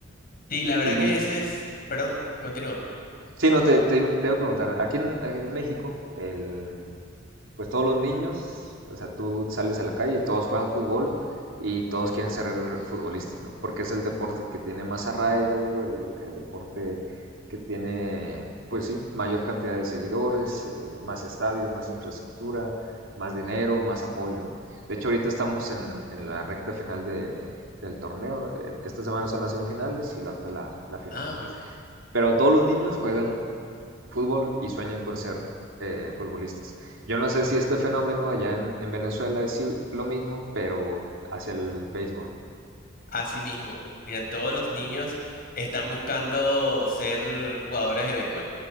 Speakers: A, on the left (about 50°); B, on the right (about 70°).
A: Sí, la verdad
B: Y,
A: que ese es... Perdón, continúa.
B: sí, no, te, te, iba, te iba a preguntar, aquí en, en México el, pues todos los niños, o sea, tú sales a la calle y todos juegan fútbol y todos quieren ser futbolistas, ¿no? Porque es el deporte que tiene más arraigo, el, el deporte que tiene, pues sí, mayor cantidad de seguidores, eh, más estadios, más infraestructura, más dinero, más apoyo, ¿no? De hecho, ahorita estamos en, en la recta final de, del torneo. Esta semana son las semifinales y la otra la, la final.
A: Ah, bueno.
B: Pero todos los niños juegan fútbol y sueñan con ser eh, futbolistas. Yo no sé si este fenómeno allá en, en Venezuela es si- lo mismo, pero hacia el béisbol.
A: Así mismo, mira, todos los niños están buscando ser jugadores de béisbol,